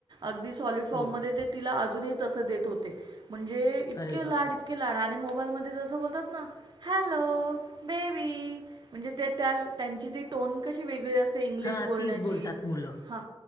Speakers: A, on the right; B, on the left.
A: अगदी सॉलिड फॉर्म
B: हो
A: मध्ये ते तिला अजूनही तस देत होते म्हणजे इतके
B: अरे बापरे!
A: लाड इतके लाड आणि मोबाईलमध्ये जस ना हॅलो ब म्हण त्यांची ती टोन कशी वेगळी असते इंग्लिश
B: हां
A: बण्याची
B: तीच बोलतात मुलं
A: हा.